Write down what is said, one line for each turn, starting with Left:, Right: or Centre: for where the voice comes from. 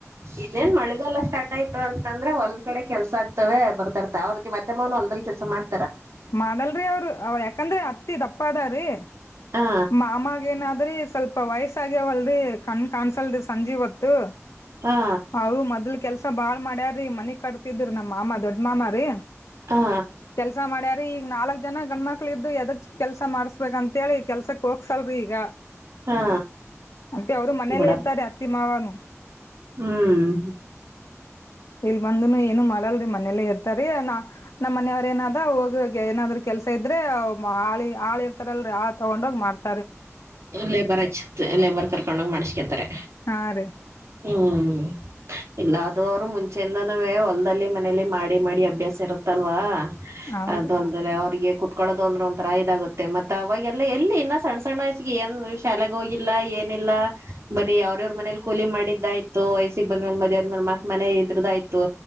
Right: ಇನ್ನೇನ್ ಮಳಿಗಾಲ ಸ್ಟಾರ್ಟ್ ಆಯ್ತು ಅಂತಂದ್ರೆ ಹೋಲ್ಡ್ ಕಡೆ ಕೆಲಸ ಆಗ್ತವೆ ಬರ್ತಿರ್ತಾರೆ ಅವ್ರತೆ ನಮತ್ತೆ ಮಾವನ ಕೆಲಸ ಮಾಡ್
Left: ಮಾಡಲ್ ರಿ ಅವ್ರು ಅವ್ರು ಯಾಕಂದ್ರೆ ಅತ್ತಿ ದಪ್ ಪದರಿ
Right: ಹಾ
Left: ಮಾಮಗೆನಾದ್ರಿ ಸ್ವಲ್ಪ ವಯಸ್ಸಾಗವಲ್ ರಿ ಕಣ್ ಕಾಣಿಸಲ್ಲ ರಿ ಸಲ್ಪ ಸಂಜಿ ಹೊತ್ತು
Right: ಹಾ
Left: ಅವ್ಳು ಮೊದಲ ಕೆಲಸ ಭಾಳ ಮಾಡ್ಯಾರ್ ರಿ ಮನಿ ಕಟ್ತಿದ್ರು ನಮ್ ಮಾಮ ದೊಡ್ ಮಾಮ ರಿ
Right: ಹಾ
Left: ಕೆಲ್ಸ ಮಾಡ್ಯಾರ್ ಈಗ ನಾಲ್ಕ್ ಜನ ಗಂಡ್ಮಕ್ಳ ಇದ್ದು ಎದಗ್ ಕೆಲ್ಸ ಮಾಡಸ್ಬೇಕ ಅಂತ ಹೇಳಿ ಕೆಲ್ಸಕ್ ಹೋಗಸಲ್ರಿ ಈಗ
Right: ಹಾ
Left: ಅಕೆ ಅವರು ಮನೇಲ್ಲೇ
Right: ಬಿಡಪ್ಪ
Left: ಇರ್ತಾರೆ ಅತ್ತಿ ಮಾವನು
Right: ಹ್ಮ್
Left: ಇಲ್ ಬಂದುನು ಏನು ಮಾಡಲ್ರಿ ಮನೇಲ್ಲೇ ಇರ್ತ ತರಿಯಾನ ನಮ್ಮ್ ಮನೆಯವ್ರ ಏನಾದ ಹೋಗಿ ಏನಾದ್ರ ಕೆಲ್ಸ ಇದ್ರೆ ಆಳಿ ಆಳಿ ಇರ್ತಾರಲ್ರಿ ತಗೊಂಡ ಹೋಗ್ ಮಾತ
Right: ಲೇಬರ್ ಹಚ್ಚತ್ ಲೇಬರ್ ಕರ್ಕೊಂಡೋಗ್ ಮಾಡಸ್ಕೇತಾರೆ
Left: ಹಾ ರೀ
Right: ಹ್ಮ್ ಎಲ್ಲಾದೋರ ಮುಂ ಚಂದನವೇ ಹೊಲ್ದಲ್ಲಿ ಮನೇಲಿ ಮಾಡಿ ಮಾಡಿ ಅಭ್ಯಾಸ ಇರುತ್ತಲ್ವಾ
Left: ಹೌದು
Right: ಅದು ಅಲ್ಡೆಲೆ ಅವ್ರಿಗೆ ಕುೂತ್ಕೊಳ್ಳೋದು ಅಂದ್ರ ಒಂಥರ ಇದಾಗುತ್ತೆ ಮತ್ತ ಅವಾಗಲ್ಲ ಎಲ್ಲಿ ಇನ್ನ ಸಣ ಸಣ್ಣ ಏನ್ ಶಾಲೆಗೆ ಹೋಗಿಲ್ಲ ಏನಿಲ್ಲ ಬರೀ ಅವ್ರವ್ರ ಮನೇಲಿ ಕೂಲಿ ಮಾಡಿದ್ದಾಯ್ತು ವಯಸ್ಸಿಗೆಗ್ ಬಂದ್ಂದ ಮದ ಅಂದ ಮೇ ಮತ್ ಮನೆ ಇದ್ರದಾಯ್ತು